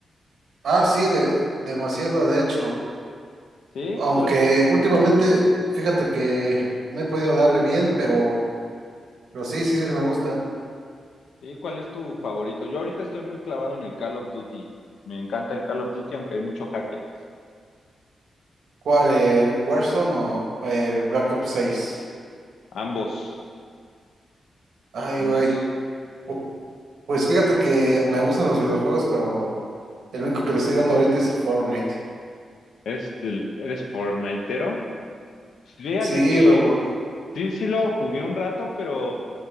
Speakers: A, on the right; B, on the left.
A: ah, sí, de- demasiado, de hecho.
B: ¿Sí?
A: Aunque
B: ¿Cuál es,
A: últimamente, fíjate que me he podido dar re bien, pero, pero sí, sí, sí me gustan.
B: sí, cuál es tu favorito? Yo ahorita estoy muy clavado en el Call of Duty. Me encanta el Call of Duty, aunque hay mucho hacker.
A: ¿Cuál, el Warzone o el Black Ops seis.
B: Ambos,
A: Ay,
B: ambos.
A: güey. Pu- Pues fíjate que me gustan los videojuegos, pero el único que le estoy dando ahorita es a Fortnite.
B: ¿Eres, del, eres fortnitero? Fíjate
A: Sí,
B: que
A: pero pero
B: sí, sí lo jugué un rato, pero